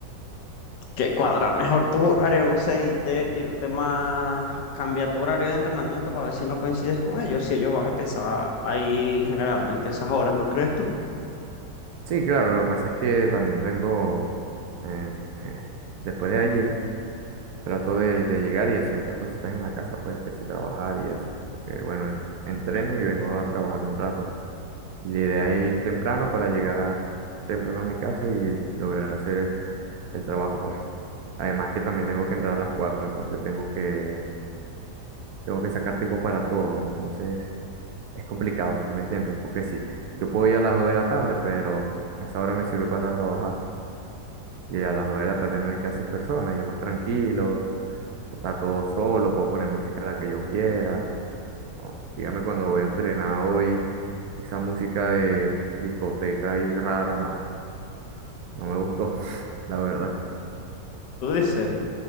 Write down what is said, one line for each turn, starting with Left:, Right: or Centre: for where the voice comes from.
Left: que cuadrar mejor tus horarios, no sé, y te, irte más, cambia tu horario de entrenamiento para ver si no coincides con ellos, si ellos van a empezar ahí generalmente esas horas, ¿no crees tú?
Right: Sí, claro, lo que pasa es que también tengo, eh, eh, después de allí, trato de, de llegar y hacer otras cositas en la casa, pues que sí, trabajar y eso. Porque bueno, entreno y vengo a trabajar un rato. Y la idea es ir temprano para llegar a, temprano a mi casa y lograr hacer el trabajo, pues. Además que también tengo que entrar a las cuatro entonces tengo que, tengo que sacar tiempo para todo, entonces es complicado, ¿sí me entiendes? Porque sí, yo puedo ir a las 2 de la tarde, pero a esa hora me sirve para trabajar. Y a las 2 de la tarde no hay casi personas, y es más tranquilo, está todo solo, puedo poner música la que yo quiera. O, dígame cuando voy a entrenar hoy, esa música de discoteca ahí rara, no. No me gustó, <laughs> la verdad.
Left: Tú dices,